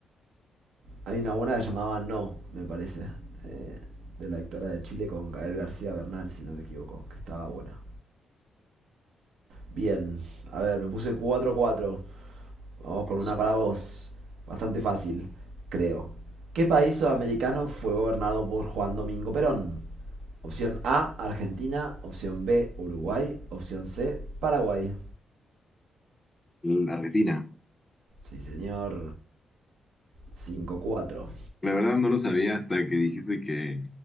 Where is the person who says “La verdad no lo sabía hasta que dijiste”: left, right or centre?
Left